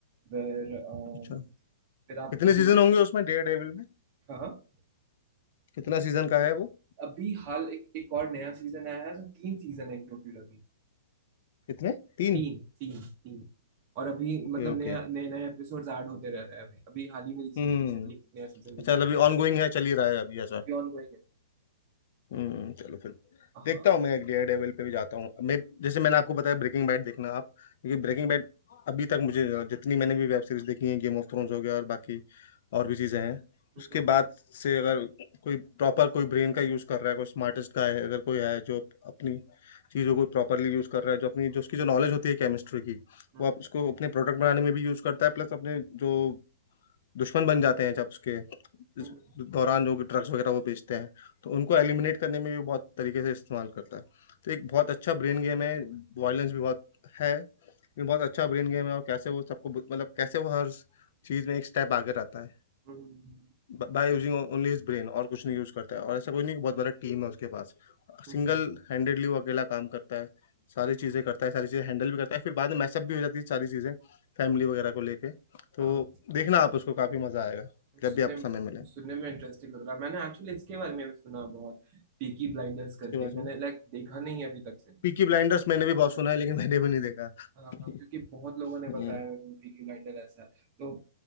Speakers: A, on the right; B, on the left.
A: फिर अम,
B: अच्छा
A: फिर आप
B: कितने सीजन
A: ये
B: होंगे उसमें डेयर डेविल में
A: हाँ हाँ।
B: कितना सीजन का है वो
A: अभी हाल एक एक और नया सीजन आया है तो तीन सीजन है टोटल अभी
B: कितने तीन
A: तीन तीन तीन और अभी
B: Okay
A: मतलब
B: okay
A: नया नए नए एपिसोड्स ऐड होते रह रहे हैं अभी अभी हाल ही में रिसेंटली
B: हम्म
A: एक नया सीजन रिलीज
B: अच्छा अभी
A: हुआ
B: ऑनगोइंग
A: है
B: है चल ही रहा है अभी ऐसा
A: अभी ऑन गोइंग है
B: हम्म चलो फिर
A: हाँ
B: देखता हूँ मैं एक डेयर डेविल पे भी जाता हूँ मैं जैसे मैंने आपको बताया ब्रेकिंग बैड देखना आप क्योंकि ब्रेकिंग बैड अभी तक मुझे जितनी मैंने भी वेब सीरीज देखी है गेम ऑफ थ्रोन्स हो गया और बाकी और भी चीज़ें हैं
A: हम्म,
B: उसके बाद से अगर कोई प्रॉपर कोई ब्रेन का यूज़ कर रहा है कोई स्मार्टेस्ट का है अगर कोई है जो अपनी चीज़ों को प्रॉपरली यूज़ कर रहा है जो अपनी जो उसकी जो नॉलेज होती है केमिस्ट्री की
A: हम्म,
B: वो आप उसको अपने प्रोडक्ट बनाने में भी यूज़ करता है प्लस अपने जो दुश्मन बन जाते हैं जब उसके
A: हम्म,
B: इस दौरान जो ड्रग्स वगैरह वो बेचते हैं तो उनको एलिमिनेट करने में भी बहुत तरीके से इस्तेमाल करता है तो एक बहुत अच्छा ब्रेन गेम है वायलेंस भी बहुत है लेकिन बहुत अच्छा ब्रेन गेम है और कैसे वो सबको मतलब कैसे वो हर चीज़ में एक स्टेप आगे रहता है
A: हम्म,
B: by using only his brain और कुछ नहीं यूज करता है और ऐसा कुछ नहीं कि बहुत बड़ा टीम है उसके पास
A: हम्म,
B: सिंगल हैंडेडली वो अकेला काम करता है सारी चीज़ें करता है सारी चीज़ें हैंडल भी करता है फिर बाद में मैसअप भी हो जाती है सारी चीज़ें फैमिली वगैरह को लेके तो
A: हाँ
B: देखना आप उसको काफ़ी मज़ा आएगा जब
A: सुनने
B: भी आपको समय मिले
A: सुनने में इंटरेस्टिंग लग रहा है मैंने एक्चुअली इसके बारे में भी सुना बहुत पीकी ब्लाइंडर्स
B: इसके
A: करके
B: बारे
A: मैंने
B: में
A: लाइक देखा नहीं है अभी तक से
B: पीकी ब्लाइंडर्स मैंने भी बहुत सुना है लेकिन मैंने भी नहीं देखा
A: हाँ
B: <laughs>
A: हाँ क्योंकि बहुत लोगों ने
B: हम्म।
A: बताया मेरे को पीकी ब्लाइंडर ऐसा है तो